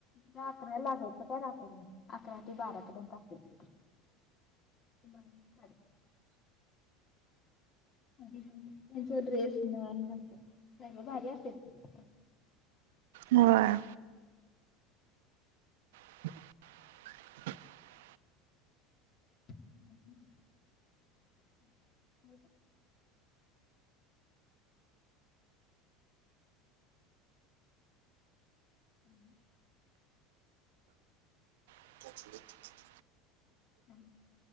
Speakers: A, on the left (about 45°); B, on the right (about 80°).
A: ला अकरा लागायचं काय रात्री, अकरा ते बारा पर्यंत असायचं ते. <unintelligible> <unintelligible> सगळं भारी असायचं.
B: होय. <inaudible>
A: <unintelligible> हं. <inaudible>
B: <inaudible>
A: हम्म.